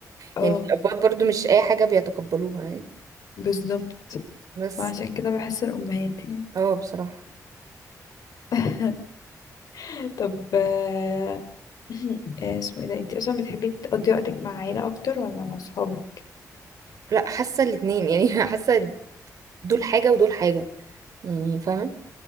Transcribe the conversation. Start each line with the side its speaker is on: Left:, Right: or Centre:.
Left: اه
Right: يعني الابواب برضو مش اي حاجه بيتقبلوها يعني
Left: بالظبط
Right: بس
Left: وعشان كده بحس الأمهات يعني
Right: اه بصراحه
Left: <laughs> طب آه، <clears throat> آه، اسمه ايه ده انتي اصلا بتحبي تقضي وقتك مع عيلة اكتر ولا مع صحابك
Right: لا حاسه الاتنين يعني <laughs> حاسه دول حاجه ودول حاجه يعني فاهمه